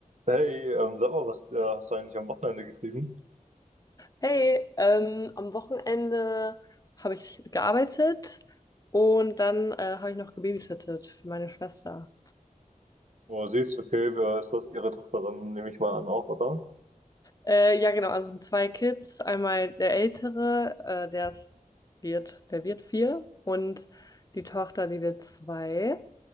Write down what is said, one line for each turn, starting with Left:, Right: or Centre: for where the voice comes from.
Right: Hey, ähm, sag mal, was äh, hast du eigentlich am Wochenende getrieben?
Left: Hey, ähm, am Wochenende habe ich gearbeitet und dann äh, habe ich noch gebabysittet für meine Schwester.
Right: Oh, siehst, okay, wer ist das? Ihre Tochter, dann nehme ich mal an auch, oder?
Left: Äh, ja, genau, also es sind zwei Kids. Einmal der Ältere, äh, der ist, wird, der wird vier und die Tochter, die wird zwei.